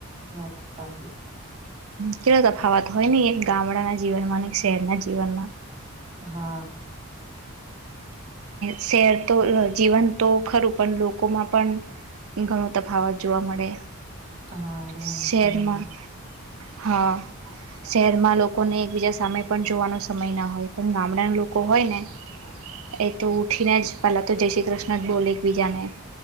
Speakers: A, on the right; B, on the right.
A: વાત સાચી છે,
B: કેલો તફાવત હોય નહ એક ગામડાના જીવનમાં અને એક શહેરના જીવનમાં
A: હા
B: શહેર તો જીવન તો ખરું પણ લોકોમાં પણ ઘણો તફાવત જોવા મળે.
A: હા રહેન
B: શહેરમાં
A: સન
B: હા, શહેરમાં લોકોને એકબીજા સામે પણ જોવાનો સમય ના હોય પણ ગામડાના લોકો હોય ને એ તો ઉઠીને જ પેલા તો જય શ્રી કૃષ્ણ જ બોલે એકબીજા ને